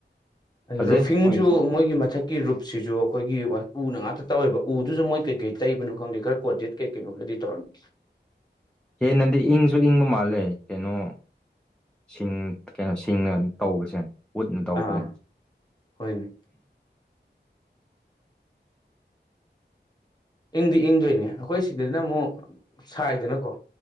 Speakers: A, in the centre; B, on the left (about 20°).
A: ꯐꯖꯩ
B: ꯔꯨꯐꯤꯡꯁꯨ
A: ꯃꯣꯏꯗꯣ
B: ꯃꯣꯏꯒꯤ ꯃꯊꯛ ꯀꯤ ꯔꯨꯞꯁꯤꯁꯨ ꯑꯩꯈꯣꯏꯒꯤ ꯎꯅ ꯉꯥꯛꯇ ꯇꯧꯋꯦꯕ ꯎꯗꯨꯁꯨ ꯃꯣꯏ ꯀꯩ ꯀꯩ ꯇꯩꯕꯅꯣ ꯈꯪꯗꯦ ꯈꯔ ꯀꯣꯟꯗꯤꯦꯠ ꯀꯩ ꯀꯩꯅꯣꯒꯗꯤ ꯇꯩꯔꯝꯅꯤ
A: ꯍꯦꯟꯄꯗꯤ ꯏꯪꯁꯨ ꯏꯪꯕ ꯃꯥꯜꯂꯦ ꯀꯩꯅꯣ ꯁꯤꯡ ꯀꯩꯅꯣ ꯁꯤꯡꯅ ꯇꯧꯕꯁꯦ ꯎꯠꯅ ꯇꯧꯕꯁꯦ
B: ꯑꯥ ꯍꯣꯏꯅꯦ ꯏꯪꯗꯤ ꯏꯪꯗꯣꯏꯅꯦ ꯑꯩꯈꯣꯏ ꯁꯤꯗꯅ ꯑꯃꯨꯛ ꯁꯥꯏꯗꯅꯀꯣ